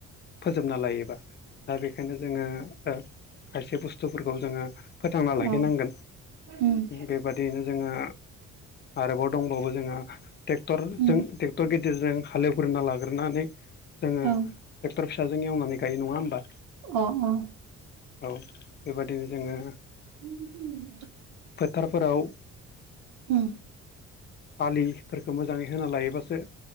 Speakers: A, on the left; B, on the right.
A: फोजोबना लायोबा दा बेखायनो जोङो। खायसे बुस्थुफोरखौ जोङो फोथांना लाखिनांगोन।
B: औ उम
A: बेबादियैनो जोङो आरोबाव दंबावो जोङो ट्रेक्टरजों
B: उम
A: ट्रेक्टर गिद हालेवग्रोना लाग्रोनानै जोङो
B: ओं
A: ट्रेक्टर फिसाजों एवनानै गायो नङा होमबा?
B: अ अ।
A: औ बेबादिनो जोङो
B: उ <inaudible>
A: फोथारफोराव
B: उम।
A: फालिफोरखौ मोजाङै होना लायोबासो